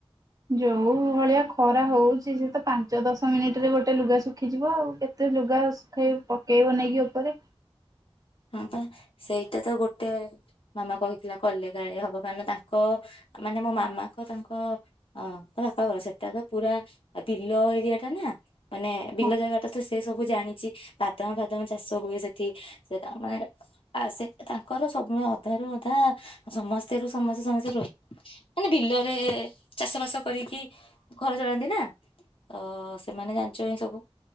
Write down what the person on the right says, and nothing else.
ଯୋଉ ଭଳିଆ ଖରା ହଉଚି ସେ ତ ପାଞ୍ଚ ଦଶ ମିନିଟ ରେ ଗୋଟେ ଲୁଗା ଶୁଖିଯିବ ଆଉ କେତେ ଲୁଗା ଶୁଖେଇ ପକେଇବ ନେଇକି ଓପରେ।
ହଁ